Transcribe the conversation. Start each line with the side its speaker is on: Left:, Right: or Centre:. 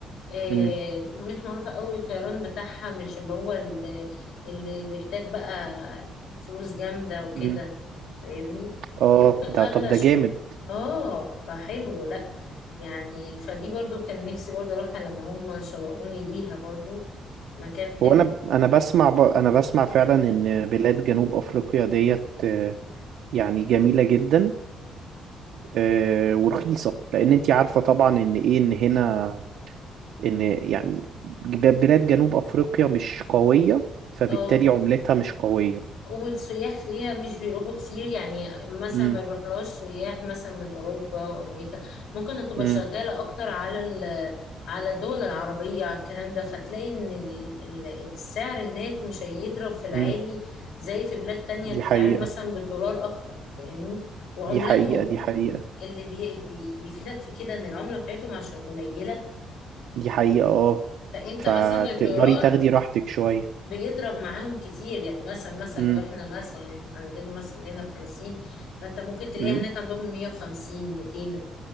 Left: آه،
Right: امم
Left: مش معروفة قوي الطيران بتاعها مش اللي هو اللي, اللي بيحتاج بقى فلوس جامدة وكده
Right: امم
Left: فاهمني
Right: اه
Left: يعني ممكن اغلى
Right: ده طب ده
Left: شو
Right: جامد
Left: اه فحلو لا يعني فدي برضو كان نفسي برضو اروحها لما هم شوقوني ليها برضو مكان حلو
Right: هو انا انا بسمع ب... انا بسمع فعلا ان بلاد جنوب افريقيا ديت آه، يعني جميله جدا آه، ورخيصه لان انت عارفه طبعا ان ايه ان هنا ان يعني ب- بلاد جنوب افريقيا مش قويه فبالتالي
Left: اه
Right: عملتها مش قويه
Left: والسياح فيها مش بيروحوا كتير يعني مثلا
Right: امم
Left: ما بيروحلهاش سياح مثلا من أوروبا وأمريكا ممكن تبقى
Right: امم
Left: شغالة أكتر على ال- على الدول العربية على الكلام ده فتلاقي إن ال- ال- السعر هناك مش هيضرب في العالي
Right: امم
Left: زي في بلاد تانية
Right: دي
Left: بتتعامل
Right: حقيقه
Left: مثلا بالدولار أكتر فاهمني وعملاتهم
Right: دي حقيقه دي حقيقه
Left: اللي بي بي- بيفيدك في كده إن العملة بتاعتهم عشان قليلة
Right: دي حقيقه اه
Left: فأنت
Right: فتقدري
Left: مثلا الدولار
Right: تاخدي راحتك شويه
Left: بيضرب معاهم كتير يعني مثلا مثلا
Right: امم
Left: لو احنا مثلا عندنا مثلا هنا بخمسين فانت ممكن تلاقيها
Right: امم
Left: هناك عندهم مية وخمسين ميتين